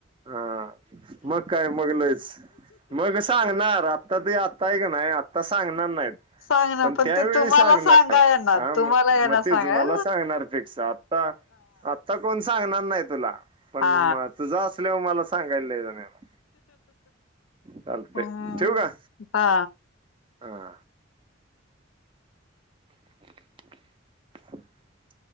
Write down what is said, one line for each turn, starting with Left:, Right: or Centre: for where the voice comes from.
Right: हा मग काय मग लयच मग सांगणार आता ते आता आहे का नाही आ.. ता सांगणार नाहीत.
Left: सांगनार पण
Right: त्यावेळी
Left: ते तुम्हाला
Right: सांगणार
Left: सांगाय येनार,
Right: हा मग
Left: तुम्हाला येना
Right: तेच
Left: सांगाय
Right: मला सांगणार फिक्स आता आता कोण सांगणार नाही तुला पण
Left: हा
Right: म तुझं असल्यावर मला सांगायला लयजण येणार. चालतंय
Left: हम
Right: ठेवू का
Left: हा.
Right: हा. <unintelligible>